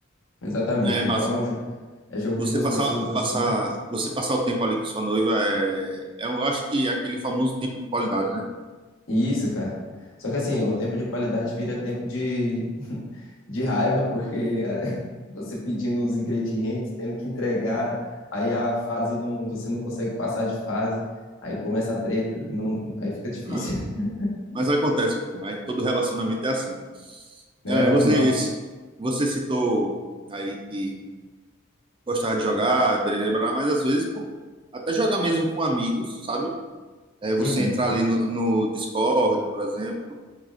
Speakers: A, on the left; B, on the right.
A: exatamente.
B: É massa.
A: Então é um jo- é jogo
B: Você
A: de duas
B: passar,
A: pessoas assim.
B: passar, você passar o tempo ali com sua noiva é, é, um, eu acho que é aquele famoso tempo de qualidade, né?
A: E Isso, cara. Só que assim, o tempo de qualidade vira tempo de, <laughs> de raiva, porque a- <laughs> você pedindo os ingredientes, tendo que entregar, aí a fase não, você não consegue passar de fase, aí começa a treta, não, aí fica difícil,
B: Ah,
A: <laughs>
B: mas acontece, pô, né? Todo relacionamento é assim.
A: né?
B: É,
A: É normal.
B: você, esse- você citou aí que gostava de jogar, blá, blá, blá, mas às vezes, pô, até jogar mesmo com amigos, sabe? É você
A: Uhum.
B: entrar ali no, no Discord, por exemplo,